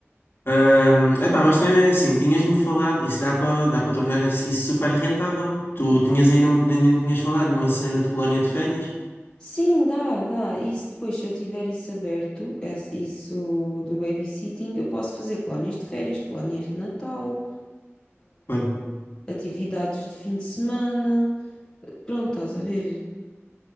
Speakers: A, on the left; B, on the left.
A: Ahm, epá, mas também é assim, tinhas-me falado, isso dá para dá para tornar isso isso super rentável. Tu tinhas ainda, ainda me tinhas falado numa cena de colónia de férias?
B: Sim, dá, dá. Isso depois, se eu tiver isso aberto, esse- isso do babysitting, eu posso fazer colónias de férias, colónias de Natal,
A: Foi.
B: atividades de fim de semana. Pronto, estás a ver?